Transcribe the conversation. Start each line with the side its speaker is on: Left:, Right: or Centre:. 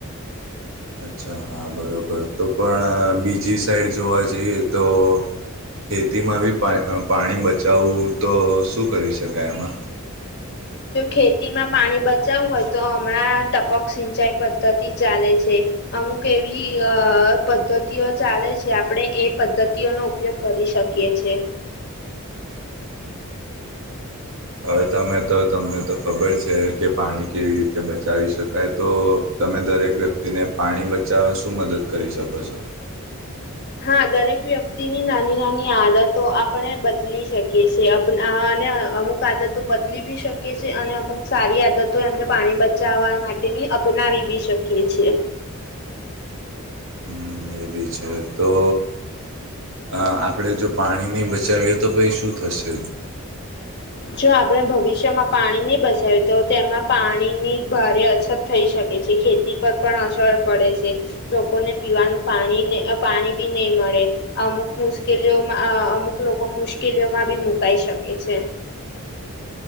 Right: અચ્છા હા બરાબર તો પણ બીજી સાઈડ જોવા જઈએ તો ખેતીમાં બી પા પાણી બચાવવું તો શું કરી શકાય એમાં
Left: જો ખેતીમાં પાણી બચાવવું હોય તો હમણાં ટપક સિંચાઈ પદ્ધતિ ચાલે છે. અમુક એવી અ પદ્ધતિઓ ચાલે છે. આપણે એ પદ્ધતિઓનો ઉપયોગ કરી શકીએ છે <unintelligible>
Right: હવે તમે તો તમને તો ખબર છે કે પાણી કેવી રીતે બચાવી શકાય તો તમે દરેક વ્યક્તિને પાણી બચાવવા શું મદદ કરી શકો છો?
Left: હા દરેક વ્યક્તિની નાની નાની આદતો આપણે બદલી શકીએ છેએ અને અમુક અમુક આદતો બદલી બી શકે છે અને અમુક સારી આદતો એમને પાણી બચાવવા માટેની અપનાવી બી શકે. કે છે.
Right: હમ એવી છે તો. આપણે જો પાણી નહીં બચાવીએ તો પછી શું થશે?
Left: જો આપણે ભવિષ્યમાં પાણી નહી બચાવ્યું તો તેમાં પાણીની ભારે અછત થઈ શકે છે. ખેતી પર પણ અસર પડે છે. લોકોને પીવાનું પાણીને પાણી બી નહી મળે. અમુક મુશ્કેલીઓમાં અમુક લોકો મુશ્કેલીઓમાં બી મુકાઈ શકે છે.